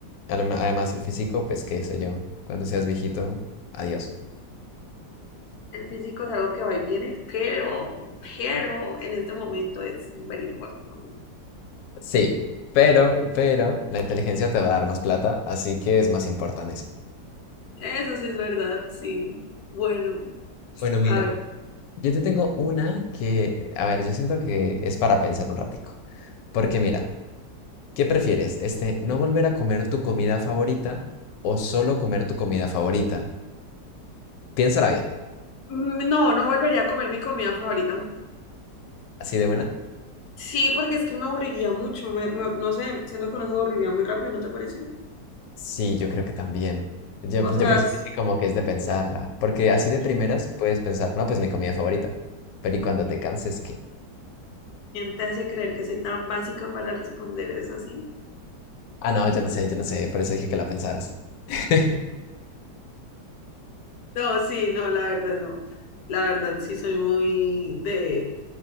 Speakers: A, on the left; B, on the left.
A: Adem- Además, el físico, pues, qué sé yo, cuando seas viejito, adiós.
B: El físico es algo que va y viene, pero, pero en este momento es muy importante.
A: Sí, pero, pero, la inteligencia te va a dar más plata, así que es más importante eso.
B: Eso sí es verdad, sí. Bueno,
A: Bueno, mira,
B: a ver.
A: yo te tengo una que, a ver, yo siento que es para pensar un ratico. Porque mira, ¿qué prefieres? Este, ¿no volver a comer tu comida favorita o solo comer tu comida favorita? Piénsala bien.
B: Mm, No, no volvería a comer mi comida favorita.
A: ¿Así de buena?
B: Sí, porque es que me aburriría mucho. me- me- no sé, siento que uno se aburriría muy rápido, ¿no te parece?
A: Sí, yo creo que también. Yo,
B: O
A: yo
B: sea,
A: por eso
B: s-
A: dije como que es de pensarla. Porque así
B: ¿quién
A: de primeras puedes pensar, no, pues mi comida favorita. Pero ¿y cuando te canses qué?
B: te hace creer que soy tan básica para responder eso así?
A: Ah, no, yo no sé, yo no sé. Por eso dije que la pensaras. <laughs>
B: No, sí, no, la verdad no. La verdad sí soy muy de,